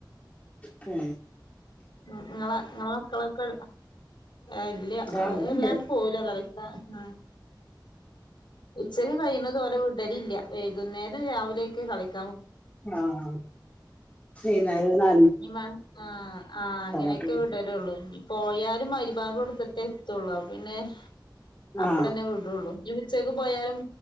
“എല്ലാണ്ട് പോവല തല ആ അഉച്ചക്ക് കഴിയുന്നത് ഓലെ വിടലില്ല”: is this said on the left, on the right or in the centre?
Left